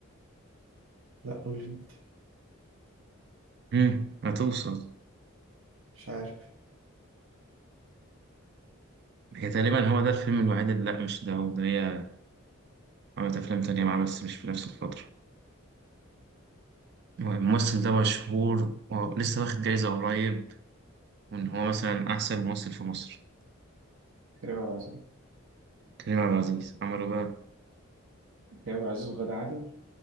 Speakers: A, on the right (about 75°); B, on the right (about 50°).
A: لا قول لي أنت
B: مم. هتوصل
A: مش عارف
B: هي تقريبا هو ده الفيلم الوحيد اللي لا مش ده هو ده هي عملت أفلام تانية معاه بس مش في نفس الفترة هو الممثل ده مشهور ولسه واخد جايزة قريب وإن هو مثلا أحسن ممثل في مصر
A: كريم عبد العزيز
B: كريم عبد العزيز عمله بقى
A: كريم عبد العزيز وغادة عادل